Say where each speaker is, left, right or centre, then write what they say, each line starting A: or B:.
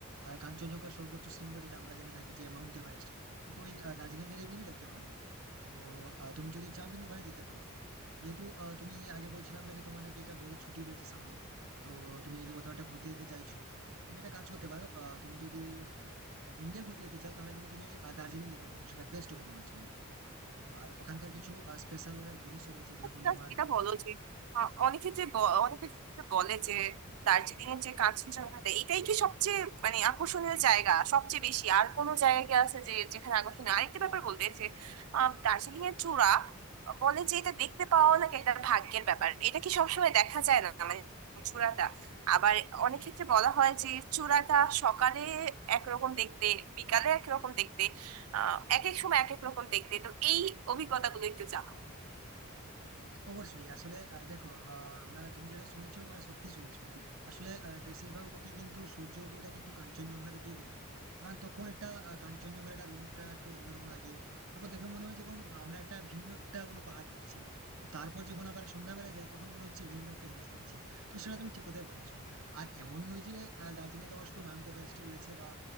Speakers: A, on the right; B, on the right.
A: আর কাঞ্চনজঙ্ঘার সর্বোচ্চ শৃঙ্গ যেটা আমরা জেনে থাকি যে মাউন্ট এভারেস্ট কিন্তু ওই আহ, দার্জিলিং গেলে কিন্তু দেখতে পাবে তো আহ, তুমি যদি চাও কিন্তু ওখানে যেতে পারো যেহেতু আহ, তুমি আগে বলছিলাম যে তোমার নাকি একটা বড় ছুটি রয়েছে সামনে তো তুমি নাকি কোথাও একটা ঘুরতে যেতে চাইছো তুমি একটা কাজ করতে পারো আহ, তুমি যদি ইন্ডিয়া ঘুরতে যেতে চাও তাহলে কিন্তু তুমি আহ, দার্জিলিং যেতে পারো সেটা বেস্ট হবে তোমার জন্য তো আর ওখানকার কিছু স্পেশাল জিনিসও রয়েছে যেরকম
B: just
A: তোমার
B: এটা বলো যে আহ, অনেকে যে ব- অনেকে যে বলে যে দার্জিলিং এর যে কাঞ্চনজঙ্ঘা দে- এটাই কি সবচেয়ে মানে আকর্ষণীয় জায়গা সবচেয়ে বেশি আর কোনো জায়গা কি আছে যে যেখানে আকর্ষণীয় আরেকটা ব্যাপার বলবে যে দার্জিলিং এর চূড়া আহ, বলে যে এটা দেখতে পাওয়া নাকি এটা ভাগ্যের ব্যাপার এটা কি সবসময় দেখা যায় না মানে চূড়াটা আবার অনেক ক্ষেত্রে বলা হয় যে চূড়াটা সকালে একরকম দেখতে বিকালে একরকম দেখতে আহ এক এক সময় এক এক রকম দেখতে তো এই অভিজ্ঞতাগুলো একটু জানাও
A: এ, অবশ্যই আসলে আহ, দেখো আহ, আমরা তুমি যেটা শুনেছো মানে সত্যি শুনেছো আসলে আহ, বেশিরভাগ লোকে কিন্তু সূর্য উদয়টা কিন্তু কাঞ্চনজঙ্ঘা দিকেই দেখে কারণ তখন একটা আহ, কাঞ্চনজঙ্ঘার একটা রংটা একটু অন্যরকম লাগে তারপর দেখে মনে হয় যেরকম আমরা একটা ভিন্ন একটা কোনো পাহাড় দেখছি তো তারপর যখন আবার সন্ধ্যাবেলা যাই তখন মনে হচ্ছে ভিন্ন একটা জিনিস দেখছি তো সেটা তুমি ঠিক কথাই বলেছো আর এমন নয় যে আহ, দার্জিলিং তোমার শুধু মাউন্ট এভারেস্ট রয়েছে বা